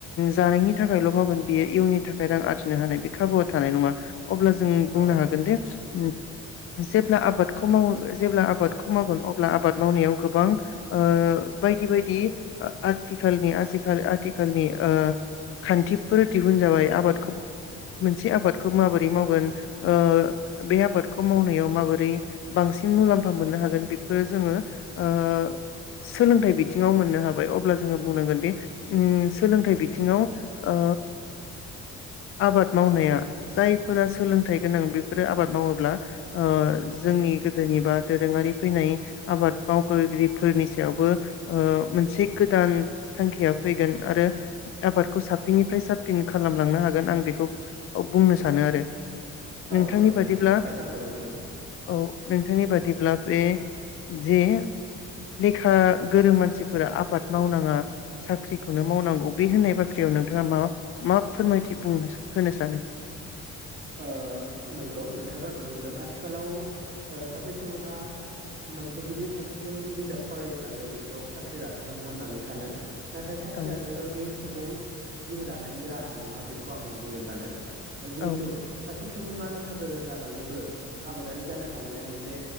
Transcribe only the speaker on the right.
औ
औ नंगौ नोंथां
नोंथाङा थारखौनो बुंदों
ओ नंगौ नोंथाङा थारखौनो बुंदों आथिखालाव ओ सासे सुबुङा मोनसे गिदिर थाखोसिम बिजाब फरायोब्लानो बेखौ साख्रि लाथारनांगौ होननानै सानो। नाथाय साख्रियानोल'दि
सुबुं जिउ दानायनि राहा नङा बेखौ आं बुंनो सानो। जिहेतु
सासे सुबुङा लेखा गोरों जानानैबो आबादारि जानो हानाया मोनसे